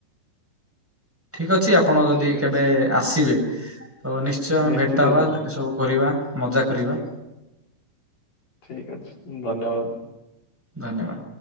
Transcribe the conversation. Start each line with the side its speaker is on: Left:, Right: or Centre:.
Centre: ଠିକ୍ ଅଛି ଆପଣ ଯଦି
Left: ଠିକ
Centre: କେବେ
Left: ଅଛି
Centre: ଆସିବେ ତ ନିଶ୍ଚୟ ଆମେ
Left: ନିଶ୍ଚିତ
Centre: ଭେଟ ହବା।
Left: ଯିବି
Centre: ଏସବୁ କରିବା। ମଜା କରିବା।
Left: ଠିକ୍ ଅଛି ଧନ୍ୟବାଦ।
Centre: ଧନ୍ୟବାଦ।